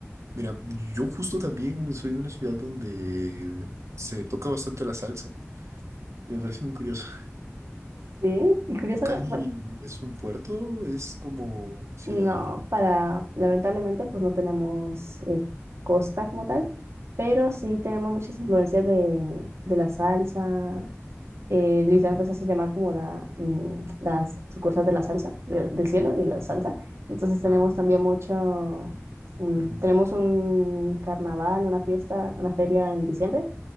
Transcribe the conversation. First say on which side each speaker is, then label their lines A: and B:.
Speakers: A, on the right (about 80°); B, on the right (about 65°).
A: Mira, yo justo también soy de una ciudad donde se toca bastante la salsa. Me parece muy curioso.
B: Sí, y curiosamente,
A: Cali es un puerto, es como ciudad.
B: No, para, lamentablemente, pues no tenemos eh, costa como tal, pero sí tenemos muchas influencias de, de la salsa. eh, literalmente
A: Mm.
B: se hace llamar como la, mm, las sucursales de la salsa, de- del cielo y la salsa. Entonces tenemos
A: Ah, ok.
B: también mucho, mm,
A: Ujú,
B: tenemos un carnaval, una fiesta, una feria en diciembre,